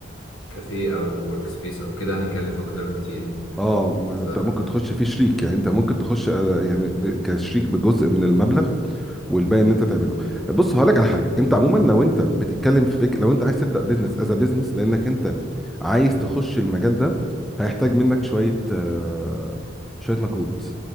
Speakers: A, on the left; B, in the centre.
A: كافيه او ورك سبيس او كده هيكلف اكتر بكتير
B: اه ما
A: ف
B: انت ممكن تخش فيه شريك يعني انت ممكن تخش آه، يعني ب- كشريك بجزء من المبلغ والباقي ان انت تعمله بص هقول لك على حاجه انت عموما لو انت بتتكلم في فكره لو انت عايز تبدا بزنس از بزنس لانك انت عايز تخش المجال ده هيحتاج منك شويه آه، شويه مجهود